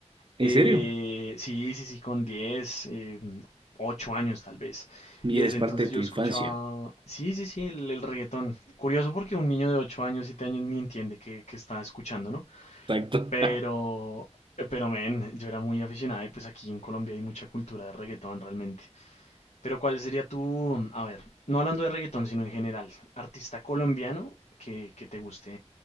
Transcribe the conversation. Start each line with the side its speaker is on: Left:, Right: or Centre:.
Right: ¿En
Left: Eh,
Right: serio?
Left: sí, sí, sí, con diez, eh, 8 años tal vez.
Right: Mira,
Left: Y desde
Right: es parte
Left: entonces
Right: de
Left: yo
Right: tu
Left: escuchaba,
Right: infancia.
Left: sí, sí, sí, el, el reggaetón. Curioso porque un niño de 8 años, 7 años ni entiende qué, qué está escuchando, ¿no?
Right: Exacto.
Left: Pero, pero, men, yo era muy aficionado y pues aquí en Colombia hay mucha cultura de reggaetón realmente. Pero ¿cuál sería tu, a ver, no hablando de reggaetón, sino en general, artista colombiano que, que te guste